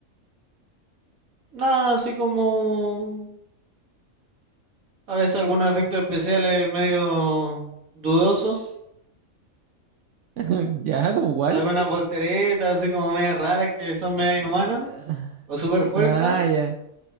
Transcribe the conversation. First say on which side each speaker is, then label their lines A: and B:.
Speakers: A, on the right; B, on the right.
A: Nada, así como a veces algunos efectos especiales medio dudosos,
B: <laughs> Ya, como igual.
A: algunas volteretas así como media raras que son media
B: Ah,
A: inhumanas, o super fuerza,
B: ah, ya.